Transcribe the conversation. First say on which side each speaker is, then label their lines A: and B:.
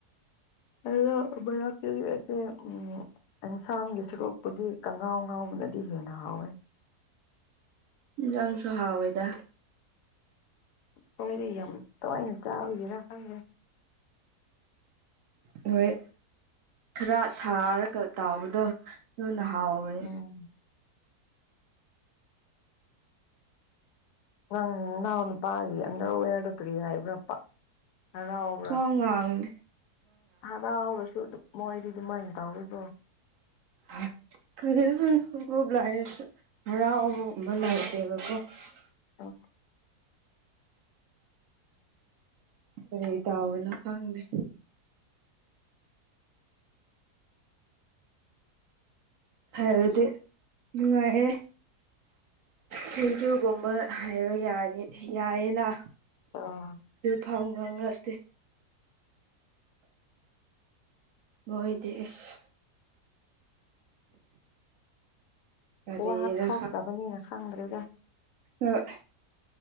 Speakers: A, on the left; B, on the right.
A: ꯑꯗꯨ <unintelligible> ꯎꯝ ꯑꯦꯟꯁꯥꯡꯒꯤ ꯁꯔꯨꯛꯄꯨꯗꯤ ꯀꯉꯥꯎ ꯉꯥꯎꯕꯅꯗꯤ ꯍꯦꯟꯅ ꯍꯥꯎꯋꯦ
B: ꯌꯥꯥꯡꯁꯨ ꯍꯥꯎꯋꯦꯗ
A: ꯁꯣꯏꯗ ꯌꯥꯝ ꯇꯋꯥꯏꯅ ꯆꯥꯕꯒꯤꯔ ꯈꯪꯗꯦ
B: ꯍꯣꯏ ꯈꯔ ꯁꯥꯔꯒ ꯇꯥꯎꯕꯗꯣ ꯑꯗꯨꯅ ꯍꯥꯎꯕꯅꯤ
A: ꯎꯝ ꯅꯪ ꯅꯥꯎꯅꯨꯄꯥꯒꯤ <unintelligible> ꯀꯔꯤ ꯍꯥꯢꯕꯔꯥ ꯄꯥ ꯍꯔꯥꯎ
B: ꯋꯥꯉꯥꯡ
A: ꯍꯔꯥꯎꯔꯁꯨꯗꯨ ꯃꯣꯏꯗꯤ ꯗꯨꯃꯥꯏꯅ ꯇꯧꯋꯦꯀꯣ
B: <unintelligible>
A: ꯑ
B: ꯀꯔꯤ ꯇꯧꯕꯅꯣ ꯈꯪꯗꯦ ꯍꯥꯏꯕꯗꯤ ꯅꯨꯡꯉꯥꯏꯑꯦ ꯊꯦꯡꯀ꯭ꯌꯨꯒꯨꯝꯕ ꯍꯥꯏꯕ ꯌꯥꯅꯤ ꯌꯥꯌꯦꯅ
A: ꯑ
B: ꯗꯨ ꯐꯥꯎ ꯉꯥꯉꯛꯇꯦ꯫ ꯃꯣꯏꯗꯤ ꯏꯁ ꯀꯔꯤꯔ
A: ꯋꯥ ꯊꯣꯛꯇꯕꯅꯤꯅ ꯈꯪꯗ꯭ꯔꯦꯗ
B: ꯑꯣꯏ